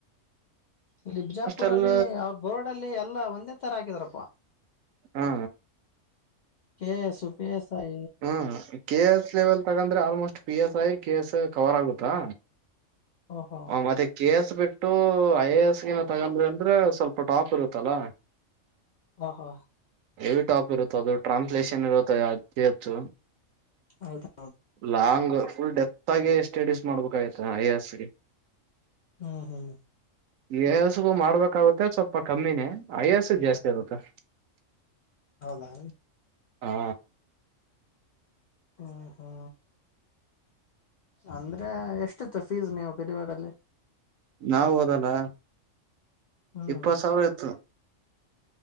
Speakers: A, on the left; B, on the right.
A: ಇಲ್ಲಿ ಬಿಜಾಪುರಲ್ಲಿ
B: ಅಲ್
A: ಅವ್ರ ಬೊರ್ಡ ಅಲ್ಲಿ ಎಲ್ಲಾ ಒಂದೇ ತರ ಹಾಕಿದಾರಪ್ಪ
B: ಹ್ಮ
A: ಕೆಎಎಸ್ ಪಿಎಸ್ಐ
B: ಹ್ಮ ಕೆಎ ಎಸ್ ಲೆವೆಲ್ ತಗೊಂಡ್ರೆ almost P S I ಕೆಸ್ cover ಆಗುತ್ತಾ
A: ಓಹೋ
B: ಮತ್ತೆ ಕೆ ಎಸ್ ಬಿಟ್ಟ ಇ ಐ ಎ ಎಸ್ ಗಿನ ತಗೊಂಡ್ರೆ ಅಂದ್ರೆ ಸ್ವಲ್ಪ ಟಾಪ್ ಇರುತ್ತಲ್ಲ.
A: ಓಹೋ
B: ಹೆವಿ ಟಾಪ್ ಇರುತ್ತ ಅದು ಟ್ರಾನ್ಸ್ಲೇಷನ್ ಇರುತ್ತೆ ಫಿ ಎಚ್
A: ಹೌದಾ
B: ಲಾಂಗ್ ಫುಲ್ ಡೆಪ್ತ್ ಆಗಿ ಸ್ಟಡೀಸ್ ಮಾಡ್ಬೇಕಾಗಿತ ಐ ಎಸ್ಗೆ.
A: ಹ್ಮ್ ಹ್ಮ್
B: ಎಐ ಎಸ್ ಗೂ ಮಾಡ್ಬೇಕಾಗುತ್ತೆ ಸ್ವಲ್ಪ ಕಮ್ಮಿನೇ ಐ ಎ ಎಸ್ ಗ ಜಾಸ್ತಿ ಆಗತ್ತೆ
A: ಹೌದಾ
B: ಹಾ
A: ಹ ಹಾ ಅಂದ್ರೆ ಎಷ್ಟಿತ್ತು ಫೀಸ್ ನೀವು ಬಿದವಾರಗಲ್ಲಿ
B: ನಾವು ಹೋದಲ್ಲ
A: ಹ್ಮ್
B: ಇಪ್ಪತ್ ಸಾವಿರ ಇತ್ತು